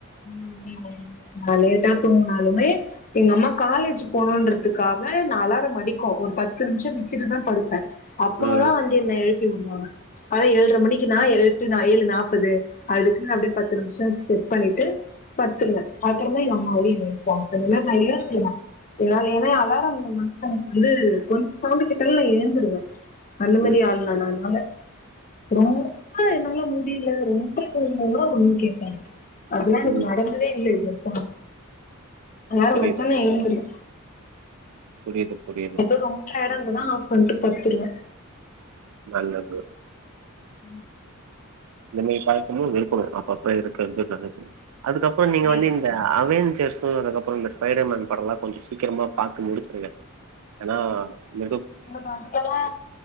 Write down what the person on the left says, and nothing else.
ம் <inaudible> நா லேட்டா தூங்னாலுமே எங்க அம்மா காலேஜ்ஜு போனுன்றதுக்காக நா அல்லாரம் அடிக்கு ஒரு பத்து நிமிஷ வச்சுட்டுதா படுப் அ அப்போல்ல
வந்து என்ன எழுப்பி விடுவாங்க காலை ஏழ்ரைமணிக்கு நா எட்டு ஏழுநாப்பது அதுக்கு அப்டே பத்து நிம்ஷ செட் ட் பண்ணிட்டு பத்துருவே அக்கற எங்க அம்மாவே என்ன எழுப்புவாங்க கொஞ்ச நேரோ நா எழுந்துருவேன் எல ஏன்னா அலாரம் வந்து எனக் வந்து கொஞ் சவுண்டு கேட்டாலெ நா எழுந்துடுவே அந்த மாரி
ஆள் நானு அத்னால ரொம்ப என்னால முடியல ரொம்ப இமல்லாம் ஒண்ணு கேப்ப அதெல்லாம் எனக்கு
நடந்ததே இல்ல இதுவரைக்கு அலாரொ
வச்சா நா எழுந்துருவ
எதோ ரொம்ப டையடா இருந்தாதா ஆஃவ் பண்ட்டு படுத்துருவ
உம்
புரியல
புரியல
எனக்கு அதுலெல்லா